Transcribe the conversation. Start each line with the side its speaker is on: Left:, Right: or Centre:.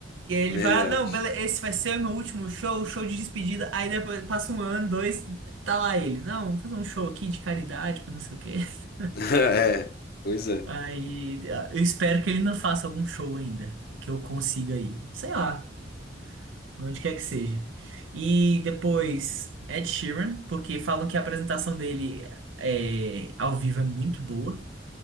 Right: Que ele
Left: é verdade.
Right: fala, não, bele- esse vai ser o meu último show, show de despedida. Aí depois passa um ano, dois, tá lá ele. Não, vou fazer um show aqui de caridade, pra não sei o quê. <laughs>
Left: <laughs> É, pois é.
Right: Aí ah, eu espero que ele não faça algum show ainda, que eu consiga ir. Sei lá, onde quer que seja. E depois Ed Sheeran, porque falam que a apresentação dele é, ao vivo é muito boa.